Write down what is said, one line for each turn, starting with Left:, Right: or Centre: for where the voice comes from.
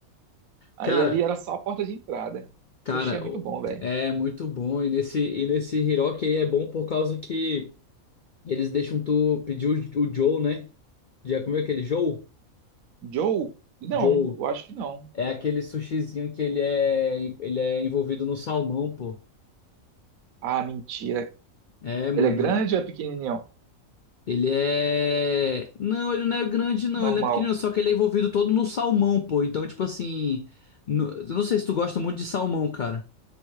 Right: Aí
Left: Cara,
Right: ali era só a porta de entrada.
Left: cara,
Right: Sushi é muito
Left: o-
Right: bom, velho.
Left: é muito bom. E nesse, e nesse Hiroki aí é bom por causa que. Eles deixam tu pedir o, o Joe, né? Já comeu aquele Joe?
Right: Joe? Não,
Left: Joe.
Right: eu acho que não.
Left: É aquele sushizinho que ele
Right: Joe.
Left: é, ele é envolvido no salmão, pô.
Right: Ah, mentira.
Left: É, mano,
Right: Ele é grande
Left: ele,
Right: ou é pequenininho?
Left: ele é. Não, ele não é grande, não.
Right: Normal.
Left: Ele não é pequenino, só que ele é envolvido todo no salmão, pô. Então, tipo assim. no- Eu não sei se tu gosta muito de salmão, cara.